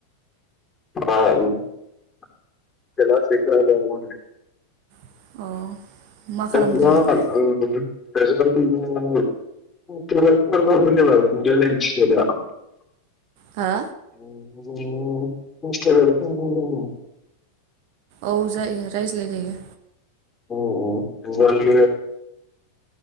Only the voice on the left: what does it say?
<unintelligible>
<unintelligible>
<unintelligible> उम
<unintelligible>
उम उम <unintelligible> जोंनि